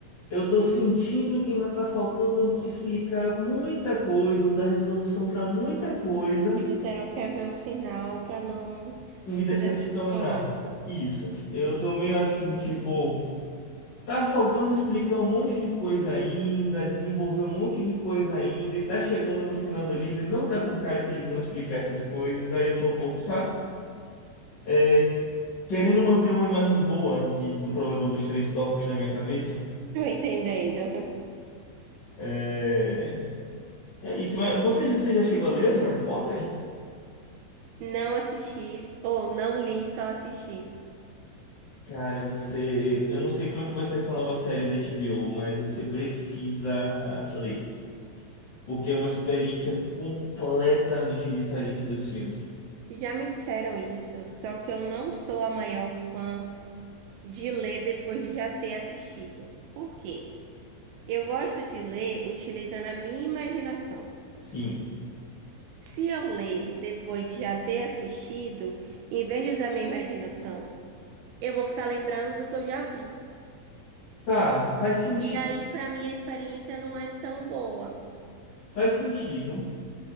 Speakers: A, on the left; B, on the right.
A: eu tô sentindo que ainda tá faltando explicar muita coisa, ou dar resolução pra muita coisa,
B: E você não quer ver o final para não
A: e me
B: se
A: decepciona.
B: decepcionar.
A: Isso. Eu tô meio assim, tipo. Tá faltando explicar um monte de coisa ainda, desenvolver um monte de coisa ainda, e tá chegando no final do livro e não tá com cara que eles vão explicar essas coisas, aí eu tô um pouco, sabe? É, querendo manter uma imagem boa de- do problema dos três corpos na minha cabeça.
B: Tô entendendo.
A: É, é isso, mas você, já- você já chegou a ler Harry Potter?
B: Não assisti, ou não li, só assisti.
A: Cara, você. Eu não sei como é que vai ser essa nova série da HBO, mas você precisa ler. Porque é uma experiência completamente diferente dos filmes.
B: Já me disseram isso, só que eu não sou a maior fã de ler depois de já ter assistido. Por quê? Eu gosto de ler utilizando a minha imaginação.
A: Sim.
B: Se eu ler depois de já ter assistido, em vez de usar minha imaginação, eu vou ficar lembrando do que eu já vi.
A: Tá, faz sentido.
B: E aí, pra mim, a experiência não é tão boa.
A: Faz sentido.